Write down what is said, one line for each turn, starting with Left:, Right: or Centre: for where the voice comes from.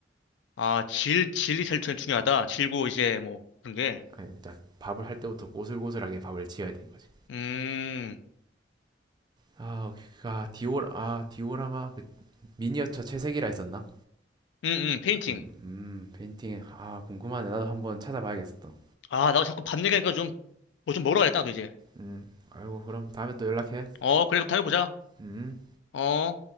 Left: 아, 질, 질이 제일 중- 중요하다. 질고 이제 뭐 그런 게.
Right: 아니, 딱 밥을 할 때부터 꼬슬꼬슬하게 밥을 지어야 되는 거지.
Left: 음,
Right: 아, 그- 아 디오라 아 디오라마 그 미니어처 채색이라 했었나?
Left: 음, 음, 페인팅.
Right: 음, 음, 페인팅 아 궁금하네. 나도 한번 찾아봐야겠어. 또.
Left: 아, 나도 자꾸 밥 얘기하니까 좀, 뭐 좀 먹으러 가야겠다, 나도 이제.
Right: 음, 아이고 그럼 다음에 또 연락해.
Left: 어, 그래, 그럼 다음에 보자.
Right: 음.
Left: 어.